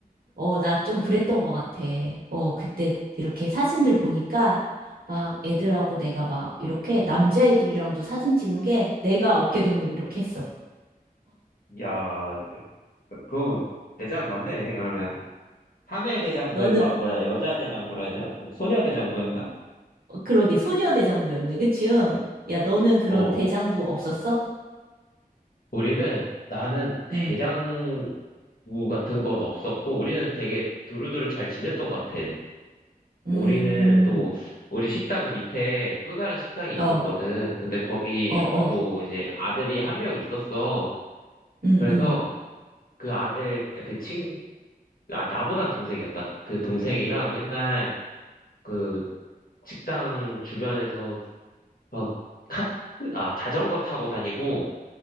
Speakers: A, on the right (about 75°); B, on the left (about 70°).
A: 어, 나 좀 그랬던 것 같아. 어, 그때 이렇게 사진들 보니까 막 애들하고 내가 막 이렇게 남자애들이랑도 사진 찍은 게 내가 어깨동물 이렇게 했어.
B: 야, 그 대장 맞네. 그러면 사내 대장,
A: 너는,
B: 그 서, 뭐야, 여자 대장부라 해야 되나? 소녀 대장부였나?
A: 어, 그러게 소녀 대장부였네. 그치? 응? 야, 너는 그런
B: 어,
A: 대장부 없었어?
B: 우리는 나는 대장부
A: 음,
B: 같은 건 없었고 우리는 되게 두루두루 잘 지냈던 것 같아.
A: 음,
B: 우리는 또 우리 식당 밑에 또 다른 식당이 있었거든.
A: 어, 어,
B: 근데 거기
A: 어,
B: 또 이제 아들이 한 명 있었어.
A: 음,
B: 그래서
A: 음,
B: 그 아들 그 친, 아 나보단 동생이었다. 그 동생이랑 맨날 그 식당 주변에서 막 카트, 아, 자전거 타고 다니고,